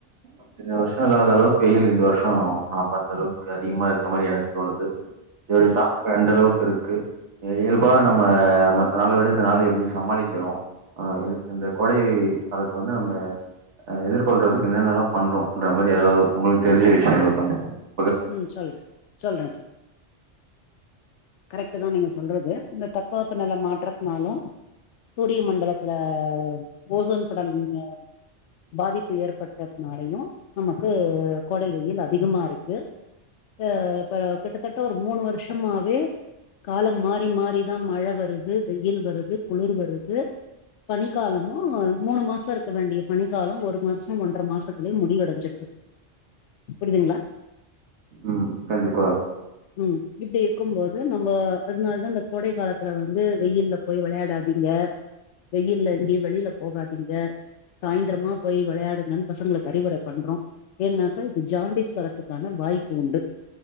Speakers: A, on the right; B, on the left.
A: இத்தனை வருஷொ இல்லாத அளவுக்கு வெயில் இந்த வருஷொ நா பாத்த அளவுக்கு அதிகமா இருக்க மாரி எனக்கு தோணுது இதோடைய
B: சரி
A: தாக்கம் எந்த அளவுக்கு இருக்கு இயல்பா நம்ம மத்த நாள விட இந்த நாள எப்டி சமாளிக்கிறோ ஆ இதுக்கு இந்த கோடை காலத்து வந்து நம்ம அ எதிர்கொள்றதுக்குனென்னல்லாம் பண்றோம்ன்ற மாரி ஏதாவ்து உங்களுக்கு தெரிஞ்ச விஷயங்கள் கொஞ்ச
B: ம் சொல்ற சொல்ற சார் கரெக்ட் தான் நீங்க சொல்றது இந்த தப்ப வெப்ப நெல மாற்றத்துனாலு சூரிய மண்டலத்துல ஓசோன் படலங்க பாதிப்பு ஏற்பட்டதுனாலயு நமக்கு கோடை வெயில் அதிகமாருக்கு அ இப்ப கிட்டத்தட்ட ஒரு மூணு வருஷமாவே காலம் மாறி மாறிதா மழ வருது வெயில் வருது குளிர் வருது பனிக்காலமு மூணு மாச இருக் க்கவேண்டிய பனிக்காலம் ஒரு மாசொ ஒன்ற மாசத்திலயே முடிவடைஞ்சிடுது புரிதுங்ளா
A: ம் கண்டிப்பா
B: ம் இப்டி இருக்கும் போது நம்ம அதனாலதான் இந்த கோடை காலத்துல வந்து வெயில்ல போய் வெளையாடாதீங்க
A: <unintelligible>
B: வெயில்ல எங்கயு வெளில போகாதிங்க சாயந்திரமா போய் வெளையாடுங்கன்னு பசங்களுக்கு அறிவுரை பண்றோ ஏன்னாக்கா இது ஜாண்டிஸ் வரத்துக்கான வாய்ப்பு உண்டு